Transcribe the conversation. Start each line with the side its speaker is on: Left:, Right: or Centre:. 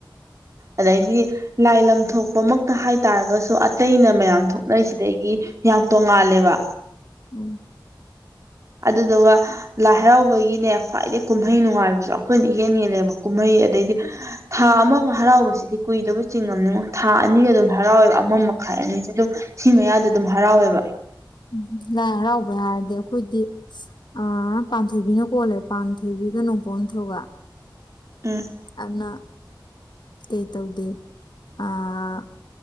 Right: ꯑꯗꯩꯗꯤ ꯂꯥꯏ ꯂꯝ ꯊꯣꯛꯄ ꯃꯛꯇ ꯍꯥꯏꯇꯥꯔꯒꯁꯨ ꯑꯇꯩꯅ ꯃꯌꯥꯝ ꯊꯣꯛꯅꯩꯔꯤꯁꯤꯗꯒꯤ ꯌꯥꯝ ꯇꯣꯡꯉꯥꯜꯂꯦꯕ
Left: ꯎꯝ
Right: ꯑꯗꯨꯗꯨꯒ ꯂꯥꯏ ꯍꯔꯥꯎꯕꯒꯤꯅꯦ ꯈ꯭ꯋꯥꯏꯗꯩ ꯀꯨꯝꯍꯩ ꯅꯨꯡꯉꯥꯏꯕꯁꯨ ꯑꯩꯈꯣꯏꯅ ꯏꯍꯦꯟ ꯍꯦꯜꯂꯦꯕ ꯀꯨꯝꯍꯩ ꯑꯗꯩꯗꯤ ꯊꯥ ꯑꯃꯒ ꯍꯔꯥꯎꯕꯁꯤꯗꯤ ꯀꯨꯏꯗꯕ ꯆꯤꯡꯉꯝꯅꯤꯉꯣ ꯊꯥ ꯑꯅꯤꯒ ꯑꯗꯨꯝ ꯍꯔꯥꯎꯋꯦꯕ ꯑꯃ ꯃꯈꯥꯏ ꯑꯅꯤꯁꯦ ꯑꯗꯨꯝ ꯁꯤ ꯃꯌꯥꯗ ꯑꯗꯨꯝ ꯍꯔꯥꯎꯋꯦꯕ
Left: ꯎꯝ ꯂꯥꯏ ꯍꯔꯥꯎꯕ ꯍꯥꯏꯔꯗꯤ ꯑꯩꯈꯣꯏꯗꯤ ꯑ ꯄꯥꯟꯊꯣꯏꯕꯤꯅ ꯀꯣꯜꯂꯦ ꯄꯥꯟꯊꯣꯏꯕꯤꯒ ꯅꯣꯡꯄꯣꯛ ꯅꯤꯡꯊꯧꯒ
Right: ꯎꯝ
Left: ꯑꯗꯨꯅ ꯀꯩꯇꯧꯗꯦ ꯑꯥ